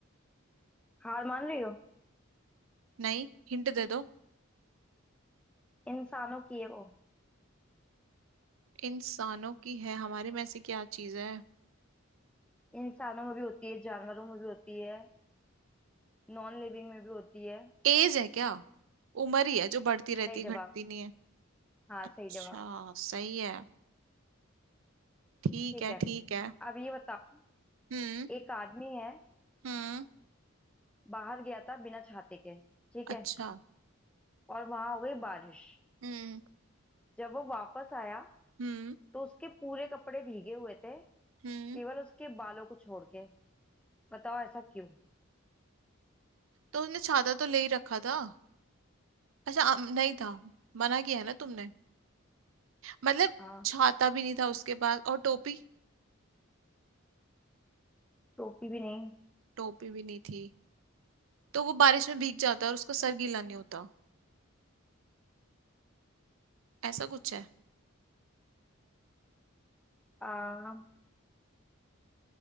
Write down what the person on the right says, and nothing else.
नहीं हिंट दे दो
इंसानों की है हमारे में ऐसी क्या चीज है
एज है क्या उम्र ही है जो बढ़ती रहती
है
घटती नहीं है
अच्छा
सही है ठीक
है
ठीक है
हम्म
हम्म
अच्छा
हम्म
हम्म
हम्म
तो उसने छाता तो ले ही रखा था अच्छा अम, नहीं था मना किया है ना तुमने मतलब
छाता भी नहीं था उसके पास और टोपी
टोपी भी नहीं थी तो वो बारिश में भीग जाता और उसका सर गीला नहीं होता ऐसा कुछ है